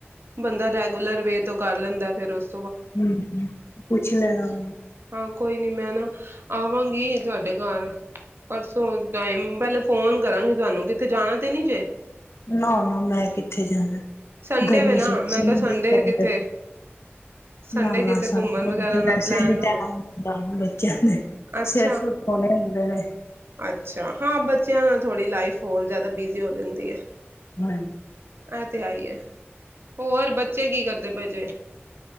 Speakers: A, on the right; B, on the left.
A: ਬੰਦਾ ਰੈਗੂਲਰ ਵੇ ਤੋਂ ਕਰ ਲੈਂਦਾ ਫਿਰ ਓਸ
B: ਹਮ, ਪੁੱਛ ਲੈਣਾ ਓਨੂੰ।
A: ਹਾਂ, ਕੋਈ ਨੀ ਮੈਂ ਨਾ ਆਵਾਂਗੀ ਤੁਹਾਡੇ ਘਰ। ਪਰਸੋ ਟਾਈਮ ਪੈਲੇ ਫ ਫੋਨ ਕਰਾਂਗੀ ਤੁਹਾਨੂੰ, ਕਿਥੇ ਜਾਣਾ ਤੇ ਨ੍ਹੀਂ ਜੇ।
B: ਨਾ ਨਾ ਮੈਂ ਕਿੱਥੇ ਜਾਣੈ,
A: ਸੰਡੇ
B: ਗਰਮੀ
A: ਵੇ ਨਾ
B: ਚ ਵੈਸੇ
A: ਮੈਂ ਕਿਹਾ
B: ਨੀ
A: ਸੰਡੇ
B: ਦੇਲ ਕਰਦੈ
A: ਕਿਤੇ ਸੰਡੇ
B: ਨਾ ਨਾ
A: ਕਿਤੇ
B: ਸੰਡੇ
A: ਘੁੰਮਣ ਵਗੈਰਾ
B: ਨੂੰ ਤੇ
A: ਦਾ
B: ਵੈਸੇ
A: ਪਲੈਨ
B: ਨੀ
A: ਹੋਵੈ।
B: ਟੈਮ ਮਿਲਦਾ ਬੱਚਿਆਂ ਦੇ
A: ਅੱਛਾ,
B: ਸਿਰ ਸੁਰ ਧੋਣੇ ਹੁੰਦੇ ਨੇ।
A: ਅੱਛਾ। ਹਾਂ, ਬੱਚਿਆਂ ਨਾਲ ਥੋੜੀ ਲਾਈਫ ਹੋਰ ਜਿਆਦਾ ਬਿਜ਼ੀ ਹੋ ਜਾਂਦ ਤੀਐ।
B: ਹਾਂਜ
A: ਐ ਤੇ ਹੈ ਈ ਐ, ਹੋਰ ਬੱਚੇ ਕੀ ਕਰਦੇ ਪਏ ਜੇ?